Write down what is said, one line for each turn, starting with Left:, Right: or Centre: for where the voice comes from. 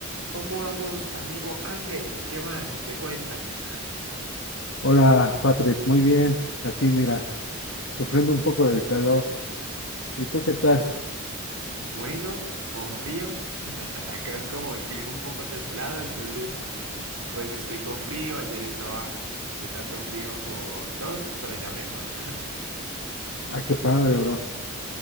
Right: ¿Cómo vamos, amigo Ángel? ¿Qué más? ¿Qué cuentas?
Left: Hola, Patrick, muy bien. Aquí, mira, sufriendo un poco del calor. ¿Y tú qué tal?
Right: Bueno, con frío. <laughs> Acá es como el clima un poco templado, entonces pues estoy con frío. Ayer estaba de tanto frío con tos, pero ya mejor.
Left: Ah, qué padre, bro.